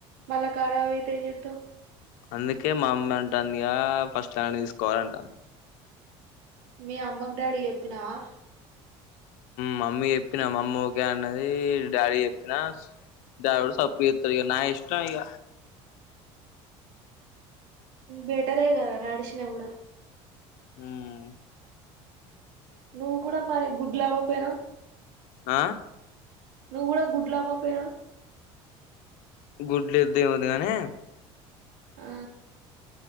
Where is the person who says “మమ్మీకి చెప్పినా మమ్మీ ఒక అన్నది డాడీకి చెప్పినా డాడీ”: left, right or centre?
Left